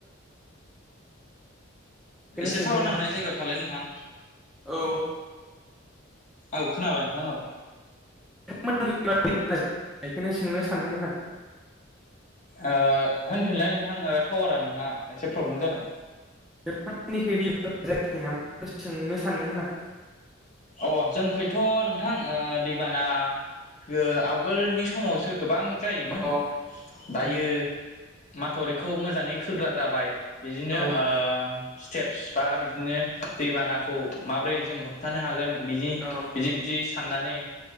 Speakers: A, on the left (about 40°); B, in the centre.
A: एसे
B: सोंदोंमोन
A: थावार नांनाय
B: आं
A: जायगायाव थालाय नोंथां
B: औ
A: औ खोनाबाय नोंथां औ
B: नोंथांमोन बेखौनो सोंनो सानदोंमोन आं
A: ओ होनफिनलाय नोंथां ओ टावारा नोंङा एसे प्रब्लेम जादों
B: नोंथांनिखै दैबाना जायाखै नामा सोंनो सानदोंमोन आं
A: अ जोंखैथ' नोंथां ओ दैबाना गो आवगोलनि समावसो गोबां जायोमोन
B: अ
A: दायो
B: उम
A: माथावरिखौ मोजाङै खोग्रा जाबाय बिदिनो
B: औ
A: स्टेप्स बा बिदिनो दैबानाखौ माबोरै जों होबथानो हागोन। बिदि
B: औ
A: बिदि बिदि साननानै